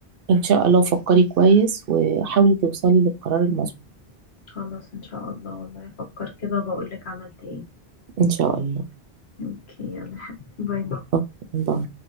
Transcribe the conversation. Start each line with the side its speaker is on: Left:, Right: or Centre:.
Right: ان شاء الله فكري كويس وحاولي توصلي للقرار المظبوط
Left: خلاص ان شاء الله والله افكر كده وبقول لك عملت ايه
Right: إن شاء الله
Left: اوكي يلا يا حبيبتي باي باي
Right: أوكي باي